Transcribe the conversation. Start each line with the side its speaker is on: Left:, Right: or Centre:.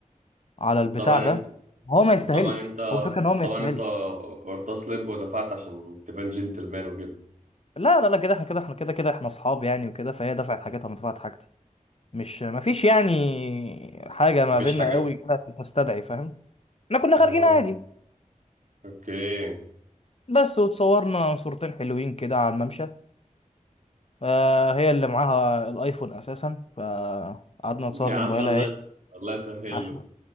Left: على البتاع
Right: وطبعا
Left: ده
Right: انت
Left: هو ما يستاهلش
Right: وطبعا انت
Left: هو الفكره ان
Right: وطبعا
Left: هو ما يستاهلش
Right: انت ارتسلب ودفعت عشان تبان جنتلمان وكده
Left: لا لا لا كده احنا كده احنا كده كده احنا اصحاب يعني وكده فهي دفعت حاجتها وانا دفعت حاجتي مش ما فيش يعني حاجه ما
Right: مفيش
Left: بيننا
Right: حاجة
Left: قوي كده عشان تستدعي فاهم احنا كنا
Right: اه
Left: خارجين عادي
Right: اوكي
Left: بس وتصورنا صورتين حلوين كده على الممشى آه هي اللي معاها الايفون اساسا فقعدنا نتصور
Right: يا عم
Left: بموبايلها
Right: الله
Left: ايه
Right: يس... الله يسهل
Left: عشان
Right: له